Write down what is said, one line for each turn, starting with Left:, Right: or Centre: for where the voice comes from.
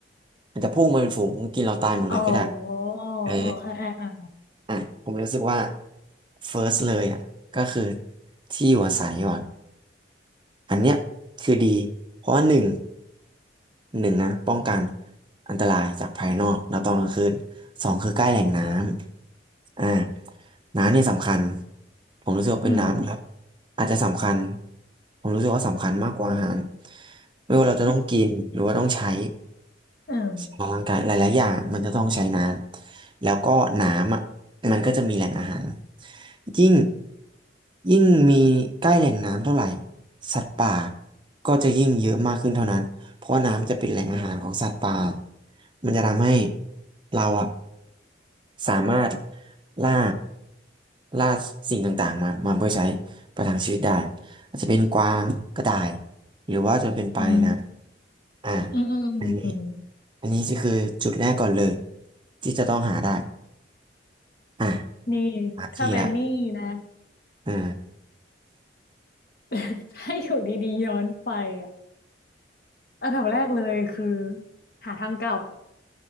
Right: อาจจะพุ่งมาเป็นฝูงกินเราตายหมดเลยก็ได้
Left: อ๋ออ๋อ
Right: เออ
Left: อ่าอ่าอ่า
Right: อ่ะผมรู้สึกว่า first เลยอ่ะก็คือที่อยู่อาศัยก่อนอันเนี้ยคือดีเพราะว่าหนึ่ง หนึ่งนะป้องกันอันตรายจากภายนอกแล้วตอนกลางคืนสองคือใกล้แหล่งน้ำอ่าน้ำเนี่ยสำคัญผมรู้สึกว่าเป็นน้ำนะครับ
Left: อืม
Right: อาจจะสำคัญผมรู้สึกว่าสำคัญมากกว่าอาหารไม่ว่าเราจะต้องกินหรือว่าต้องใช้
Left: อืม
Right: ออกกำลังกายหลายๆอย่างมันจะต้องใช้น้ำแล้วก็น้ำอ่ะมันก็จะมีแหล่งอาหารยิ่งยิ่งมีใกล้แหล่งน้ำเท่าไหร่สัตว์ป่าก็จะยิ่งเยอะมากขึ้นเท่านั้นเพราะว่าน้ำจะเป็นแหล่งอาหารของสัตว์ป่ามันจะทำให้เราอ่ะสามารถล่าล่าสิ่งต่างๆมามาเพื่อใช้ประทังชีวิตได้อาจจะเป็นกวางกระต่ายหรือว่าจะเป็นปลาในน้ำอ่า
Left: อืมอืมอืมอืม
Right: อันนี้ อันนี้ก็คือจุดแรกก่อนเลยที่จะต้องหาได้อ่ะ
Left: นี่
Right: หาที่ละ
Left: ถ้าเป็นนี่นะ
Right: อ่า
Left: <laughs> ถ้าอยู่ดีๆย้อนไปอ่ะอันดับแรกเลยคือหาทางกลับ